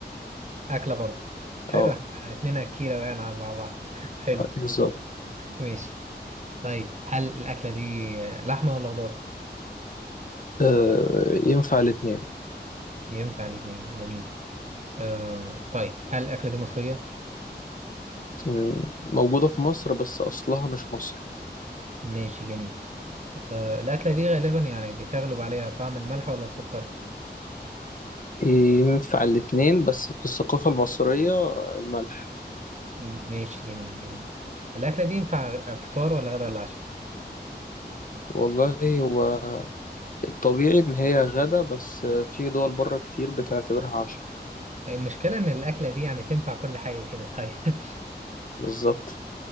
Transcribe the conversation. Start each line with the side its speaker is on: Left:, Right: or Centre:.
Right: أكلة برضه حلو
Left: اه
Right: احنا اتنين أكيلة بقى مع بعض <laughs> حلو
Left: بالظبط
Right: ماشي طيب هل الأكلة دي لحمة ولا خضار؟
Left: آه، ينفع الاتنين
Right: ينفع الاتنين جميل آه طيب هل الأكلة دي مصرية؟
Left: مم، موجودة في مصر بس أصلها مش مصري
Right: ماشي جميل آه الأكلة دي غالبا يعني بتغلب عليها طعم الملح ولا السكر؟
Left: ينفع الاتنين بس في الثقافة المصرية آه، الملح
Right: م- ماشي جميل جميل الأكلة دي ينفع فطار ولا غدا ولا عشاء؟
Left: والله هو الطبيعي إن هي غدا بس آه، في دول بره كتير بتعتبرها عشاء
Right: المشكلة إن الأكلة دي يعني تنفع كل حاجة كده طيب <laughs>
Left: بالظبط